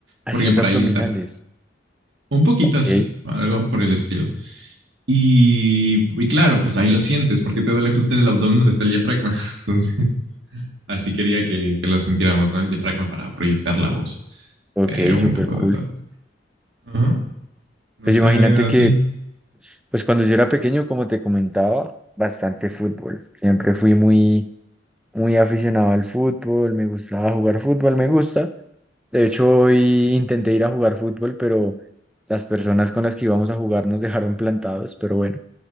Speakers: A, in the centre; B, on the right (about 75°).
A: Haciendo
B: Porque por
A: abdominales.
B: ahí está. Un poquito
A: Ok,
B: así, algo por el estilo. Y, y claro, pues ahí lo sientes, porque te duele justo en el abdomen donde está el diafragma. <laughs> Entonces, así quería que, que lo sintiéramos, ¿no? El diafragma para proyectar la voz.
A: ok,
B: Eh, un
A: súper
B: poco
A: cool.
B: de todo. Ajá. No
A: Pues
B: sé,
A: imagínate
B: a
A: que,
B: ti.
A: pues cuando yo era pequeño, como te comentaba, bastante fútbol. Siempre fui muy muy aficionado al fútbol, me gustaba jugar fútbol, me gusta. De hecho, hoy intenté ir a jugar fútbol, pero las personas con las que íbamos a jugar nos dejaron plantados, pero bueno.